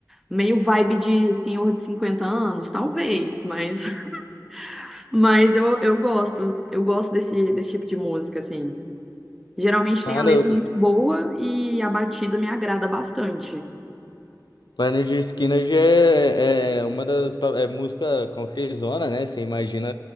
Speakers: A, in the centre; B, on the left.
A: Meio vibe de senhor de 50 anos, talvez, mas, <laughs> mas eu, eu gosto. Eu gosto desse, desse tipo de música, assim. Geralmente tem
B: Nada,
A: a letra muito boa e a batida me agrada bastante.
B: Planet Skinner já é, é é uma das to- é música countryzona, né? Você imagina